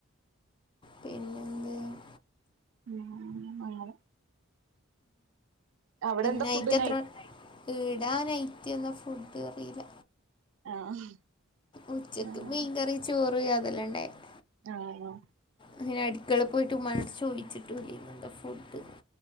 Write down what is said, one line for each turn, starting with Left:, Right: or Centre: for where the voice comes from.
Left: പിന്നെന്ത്
Right: ഉം. അങ്ങനെ. അവിടെ എന്താ
Left: നൈറ്റ്
Right: ഫുഡ്
Left: എത്ര ഇടാ നൈറ്റ് എന്ന ഫുഡ് അറിയില്ല.
Right: ആഹ്
Left: ഉച്ചക്ക്
Right: ആഹ്
Left: മീൻകറി ചോറ് അതെല്ലാം ഉണ്ടായിരുന്നു
Right: ആണോ
Left: അങ്ങനെ അടുക്കള പോയിട്ട് ഉമ്മാനോട്ടട് ചോദിച്ചിട്ട് ഇന്താ ഫുഡ്